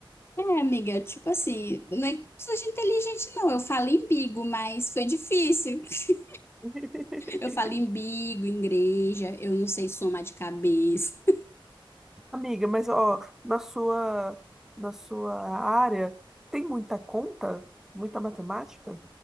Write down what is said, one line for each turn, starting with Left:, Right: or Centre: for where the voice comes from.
Left: É, amiga, tipo assim, não é que precisa de inteligente, não. Eu falo embigo, mas foi difícil. <laughs>
Centre: <laughs>
Left: Eu falo embigo, igreja, eu não sei somar de cabeça.
Centre: Amiga, mas ó, na sua, na sua área tem muita conta, muita matemática?